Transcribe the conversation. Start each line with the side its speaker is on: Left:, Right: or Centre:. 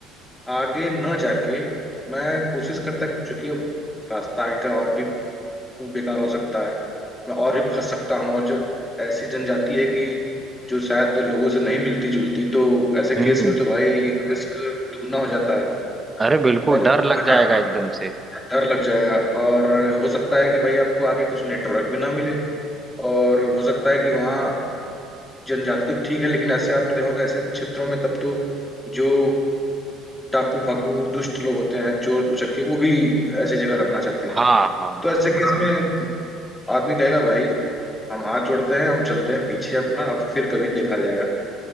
Left: आगे न जाके मैं कोशिश करता चूंकि अब रास्ता आगे का और भी वो बेकार हो सकता है मैं और भी फंस सकता हूँ और जब ऐसी जनजाति है कि जो शायद लोगों से नहीं मिलती जुलती तो ऐसे
Right: हम्म
Left: केस में तो भाई रिस्क दुगना हो जाता है
Right: अरे बिल्कुल
Left: और
Right: डर लग
Left: डर
Right: जाएगा एकदम से
Left: डर लग जाएगा और हो सकता है कि भाई आपको आगे कुछ नेटवर्क भी ना मिले और हो सकता है कि वहाँ जनजाति तो ठीक है लेकिन ऐसे आपने देखा होगा ऐसे क्षेत्रों में तब तो जो डाकू फाकू दुष्ट लोग होते हैं चोर उचक्के वो भी ऐसी जगह रहना चाहते हैं
Right: हाँ हाँ
Left: तो ऐसे केस में आदमी कहेगा भाई हम हाथ जोड़ते हैं हम चलते हैं पीछे अपना अब फिर कभी देखा जाएगा